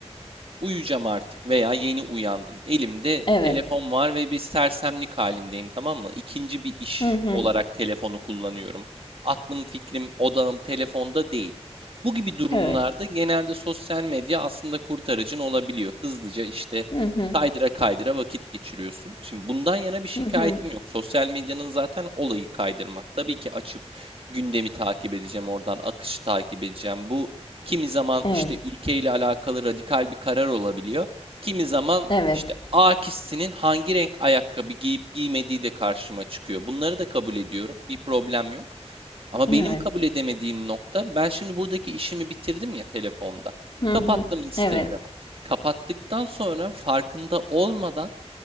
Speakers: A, on the right (about 55°); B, on the left (about 50°).
A: Uyuyacağım artık veya yeni uyandım. Elimde
B: Evet.
A: telefon var ve bir sersemlik halindeyim, tamam mı? İkinci bir iş
B: Hı hı.
A: olarak telefonu kullanıyorum. Aklım, fikrim, odağım telefonda değil. Bu gibi durumlarda
B: Evet.
A: genelde sosyal medya aslında kurtarıcın olabiliyor. Hızlıca işte
B: Hı hı.
A: kaydıra kaydıra vakit geçiriyorsun. Şimdi bundan yana bir şikayetim
B: Hı hı.
A: yok. Sosyal medyanın zaten olayı kaydırmak. Tabii ki açıp gündemi takip edeceğim, oradan akışı takip edeceğim. Bu Kimi zaman
B: Evet.
A: işte ülkeyle alakalı radikal bir karar olabiliyor. Kimi zaman
B: Evet.
A: işte A kişisinin hangi renk ayakkabı giyip giymediği de karşıma çıkıyor. Bunları da kabul ediyorum. Bir problem yok. Ama benim
B: Evet.
A: kabul edemediğim nokta ben şimdi buradaki işimi bitirdim ya telefonda.
B: Hı
A: Kapattım
B: hı.
A: Instagram'ı.
B: Evet.
A: Kapattıktan sonra farkında olmadan